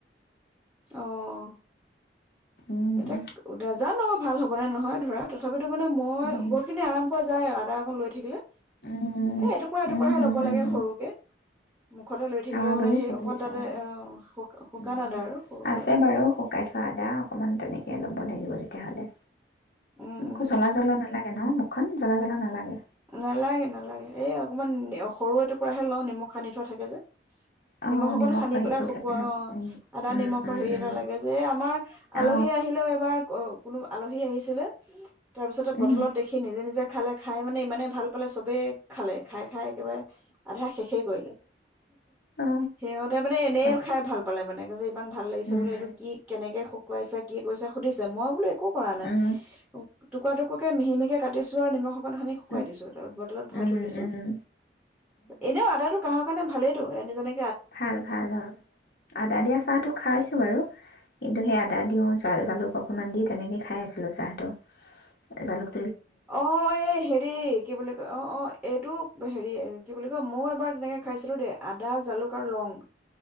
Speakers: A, in the centre; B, on the left.
A: আহ
B: উম
A: এতিয়া ক নেজানো ভাল হ'ব নে নহয় ধৰা তথাপিতো মানে মই
B: উম
A: বহুত খিনি আৰাম পোৱা যায় আৰু আদা এখন লৈ থাকিলে
B: উম
A: এ এটুকুৰা এটুকুৰাহে
B: উম হুম
A: লব
B: হুম
A: লাগে
B: হুম
A: সৰুকে মুখতে লৈ থাকিলে
B: অ
A: মানে
B: বুজিছো
A: সেই অকমান
B: বুজিছো
A: তাতে
B: অ
A: শুকান
B: উম
A: আদা আৰু
B: আছে
A: মানে
B: বাৰু শুকাই থোৱা আদা অকমান তেনেকে লিয়াই ল'ব লাগিব তেতিয়াহ'লে
A: উম উম
B: একো জ্বলা জ্বলা নালাগে গে ন মুখখন জ্বলা জ্বলা নালাগে
A: নেলাগে নেলাগে এই অকমান সৰু এটুকুৰাহে লওঁ নিমখ সানি থোৱা থাকে যে
B: অ
A: নিমখ অকন
B: নিমখৰ
A: সানি পেলাই
B: সেইটো
A: শুকুৱা
B: থাকে ন
A: অ
B: উম
A: আদা
B: উম
A: নিমখৰ
B: উম
A: হেৰি
B: উম
A: এটা লাগে যে আমাৰ আলহী
B: অ
A: আহিলেও এইবাৰ অ কোনো আলহী আহিছিলে তাৰপিছতে
B: উম
A: বটলত দেখি নিজে নিজে খালে খাই মানে ইমানে ভাল পালে চবে খালে খাই খাই একেবাৰে আধা শেষেই কৰিলে
B: অ
A: সিহঁতে মানে এনে
B: তাকে
A: খাই ভাল পালে মানে কৈছে ইমান ভাল লাগিছে
B: উম,
A: বোলে এইটো কি কেনেকে শু কৈছে কি কৰিছা সুধিছে মই বোলো একো কৰা নাই
B: উম,
A: টুকুৰা টুকুৰাকে মিহি মিহিকে কাটিছোঁ আৰু নিমখ অকণ সা শুকুৱাই
B: উম,
A: দিছো তাৰ পা বতলত ভৰাই
B: উম,
A: থৈ দিছো
B: উম,
A: এনেয়ো আদাটো কাঁহৰ কাৰণে ভালেইতো এনেজানে
B: হয় ভাল অ আদা
A: উম
B: দিয়া চাহটো খাইছো বাৰু কিন্তু সেই আদা দিওঁ জালুক অকণমান দি তেনেকে খাই আছিলো চাহটো জালুক
A: অ এই হেৰি কি বুলি কয় অ অ এইটো হেৰি কি বুলি কয় মযো এবাৰ তেনেকে খাইছিলো দেই আদা জালুক আৰু লং